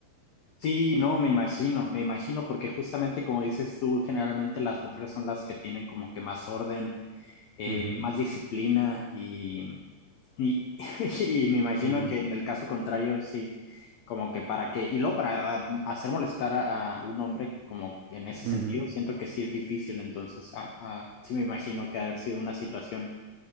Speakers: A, on the left (about 85°); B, on the right (about 80°).
A: Sí, no, me imagino, me imagino, porque justamente como dices tú, generalmente las mujeres son las que tienen como que más orden, eh,
B: Ujú,
A: más disciplina y, y, <laughs> y me imagino
B: ujú,
A: que en el caso contrario, sí, como que para qué, y luego para hacer molestar a, a un hombre, como en ese
B: ujú.
A: sentido, siento que sí es difícil, entonces ah, ah, sí me imagino que ha de haber sido una situación